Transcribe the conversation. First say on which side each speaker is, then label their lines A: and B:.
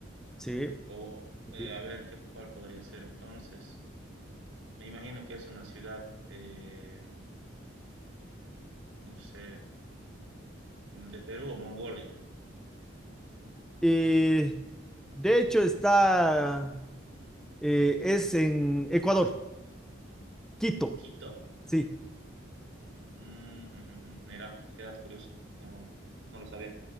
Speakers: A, in the centre; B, on the right.
A: Sí,
B: O, o, eh,
A: bien.
B: a ver, ¿qué, cuál podría ser entonces? Me imagino que es una ciudad, eh, no sé, mm, de Perú o Mongolia.
A: eh, de hecho está, eh, es en Ecuador, Quito.
B: ¿Quito?
A: Sí,
B: Mm, jum, jum, jum. Mira, qué dato curioso, no, no lo sabía.